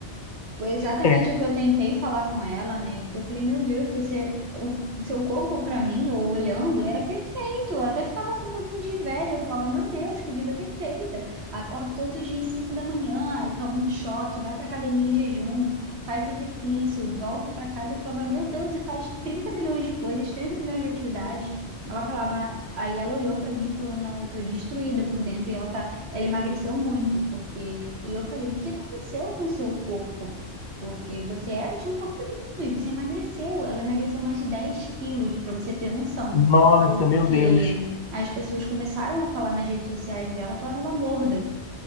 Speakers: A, on the right; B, on the left.
A: Foi exatamente
B: É,
A: o que eu tentei falar com ela, né? Porque eu falei, meu Deus, você, o seu corpo para mim, eu olhando, era perfeito. Eu até ficava com um pouquinho de inveja. Eu falava, meu Deus, que vida perfeita. Acorda todos os dias 5 da manhã, e toma um shot, vai para academia em jejum, faz exercício, volta para casa. Eu falava, meu Deus, e faz 30 milhões de coisas, 30 milhões de atividades. Ela falava, aí ela olhou para mim e falou, não, eu tô destruída por dentro e ela tá, ela emagreceu muito, porque, e eu falei, o que aconteceu com o seu corpo? Porque você era, tinha um corpo lindo e você emagreceu. Ela emagreceu mais de 10 quilos, para você ter noção.
B: nossa,
A: Porque
B: meu Deus.
A: as pessoas começaram a falar nas redes sociais dela que ela estava gorda.